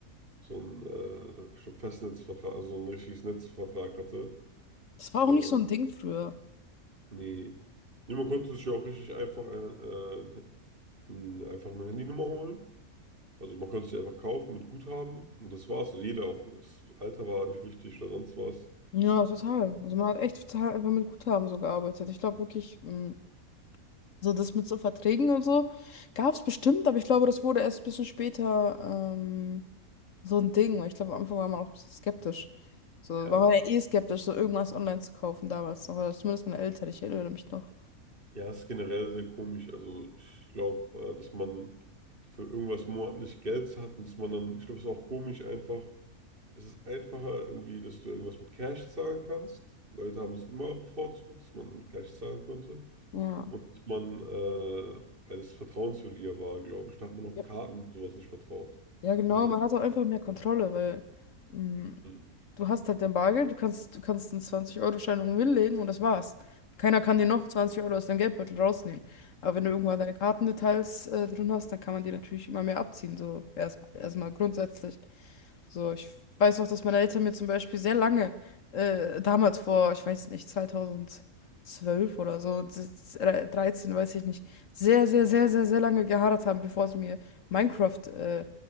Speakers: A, on the right; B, on the left.
A: so ein äh, schon Festnetzvertrag, also so ein richtiges Netzvertrag hatte.
B: Das
A: So,
B: war auch nicht so ein Ding früher.
A: nee. Niemand konnte sich ja auch richtig einfach ein, äh, ein, ein, einfach eine Handynummer holen. Also man konnte sie einfach kaufen mit Guthaben und das war's. Also jeder auch, das Alter war nicht wichtig oder sonst was.
B: Ja, total. Also man hat echt total einfach mit Guthaben so gearbeitet. Ich glaube wirklich, mh, Also das mit so Verträgen und so gab es bestimmt, aber ich glaube, das wurde erst ein bisschen später ähm, so ein Ding. weil Ich glaube, am Anfang war man auch ein bisschen skeptisch. So,
A: Ja,
B: war man ja eh skeptisch, so irgendwas online zu kaufen damals noch. Oder zumindest meine Eltern, ich erinnere mich noch.
A: ja, ist generell sehr komisch. Also ich glaube, äh, dass man für irgendwas monatlich Geld hat und dass man dann, ich glaube, es ist auch komisch einfach. Es ist einfacher irgendwie, dass du irgendwas mit Cash zahlen kannst. Leute haben es immer bevorzugt, dass man mit Cash zahlen konnte.
B: Ja.
A: Und dass man, äh, weil es vertrauenswürdiger war, glaube ich, da hat man auch
B: Ja,
A: Karten und sowas nicht vertraut,
B: Ja, genau,
A: finde
B: man
A: ich.
B: hat auch einfach mehr Kontrolle, weil mm,
A: Hm,
B: du hast halt dein Bargeld, du kannst, du kannst einen 20-Euro-Schein irgendwo hinlegen und das war's. Keiner kann
A: Ja.
B: dir noch 20 Euro aus deinem Geldbeutel rausnehmen. Aber wenn du irgendwann deine Kartendetails äh, drin hast, dann kann man dir natürlich immer mehr abziehen. So erst erstmal grundsätzlich. So, ich weiß auch, dass meine Eltern mir zum Beispiel sehr lange, äh, damals vor, ich weiß nicht, 2012 oder so, das- äh, 13, weiß ich nicht, sehr, sehr, sehr, sehr, sehr lange geharrt haben, bevor sie mir Minecraft, äh,